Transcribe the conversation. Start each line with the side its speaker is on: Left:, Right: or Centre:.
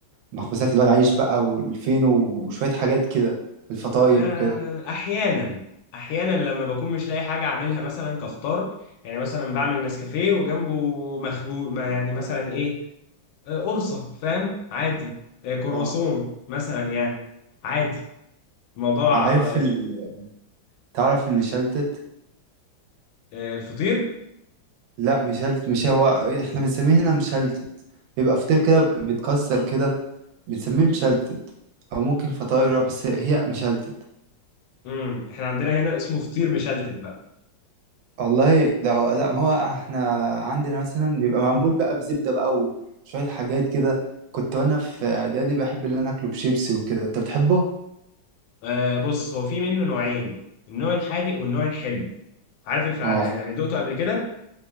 Right: المخبوزات اللي هو العيش بقى والفينو وشويه حاجات كده الفطاير
Left: آه
Right: وكده
Left: احيانا احيانا لما بكون مش لاقي حاجه اعملها مثلا كفطار يعني مثلا بعمل نسكافيه وجنبه مخبوق ما يعني مثلا ايه آه، قرصة فاهم عادي آه، كرواسون
Right: اه
Left: مثلا يعني عادي موضوع
Right: عارف
Left: آه،
Right: ال... تعرف المشلتت
Left: آه، الفطير
Right: لا مشلت مش هو احنا بنسميه هنا مشلتت بيبقى فطير كده بيتكسر كده بنسميه مشلتت او ممكن فطاير بس هي مشلتت
Left: امم احنا عندنا هنا اسمه فطير مشلتت بقى
Right: والله ده لا ما هو احنا عندنا مثلا بيبقى معمول بقى بزبدة بقى وشوية حاجات كده كنت وانا في اعدادي بحب ان انا اكله بشيبسي وكده انت بتحبه؟
Left: آه، بص هو في منه نوعين النوع الحادق والنوع الحلو عارف الف... آه،
Right: اه
Left: يعني دقته قبل كده